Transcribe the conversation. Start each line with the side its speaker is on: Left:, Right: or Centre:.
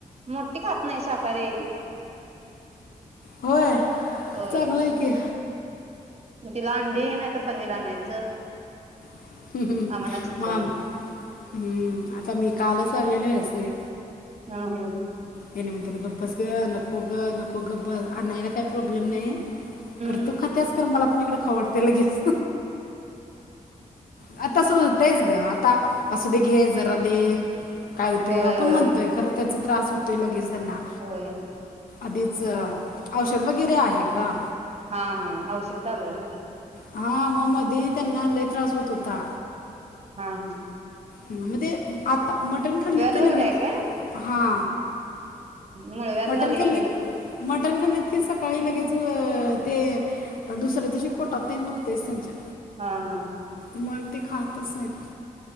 Right: मोठी खात नाही शाकाहारी आहे ती
Left: होय
Right: होय
Left: चांगलं आहे की
Right: तिला अंडी नाही तर, पनीर आणायचं
Left: <unintelligible>
Right: आम्हाला चिकन
Left: आता मी कालच चाललेलं असणे
Right: हम्म हम्म
Left: हेणे म्हणतात गब्बस ग नको ग नको गब्बस ग आणायला काही प्रॉब्लेम नाय खरं
Right: हम्म
Left: तू खात्यास खरं मला इकड खाऊ वाटतंय लगेच आता तस होतंयच ग आता असुदे दे जरा दे काय होतय
Right: होय
Left: आपण
Right: होय
Left: म्हणतोय खरं त्याचा त्रास लगेच त्यांना
Right: होय
Left: आधीच औषध वगैरे आहे का?
Right: हा हा औषध चालू आहे होय?
Left: हा म मधी त्यांना लई त्रास होत होता.
Right: हा हम
Left: म ते आता मटण खाल्लीत की
Right: वगैरे
Left: लगेच
Right: आहे काय
Left: हां
Right: मुळव्याधला
Left: मटन
Right: लय
Left: खाल्लित
Right: हे
Left: मटन खाल्लीत की सकाळी लगेच ते दुसरे दिवशी पोटात तेन दुकतेच त्यांच्या
Right: हा हा
Left: मग ते खातच नाहीत.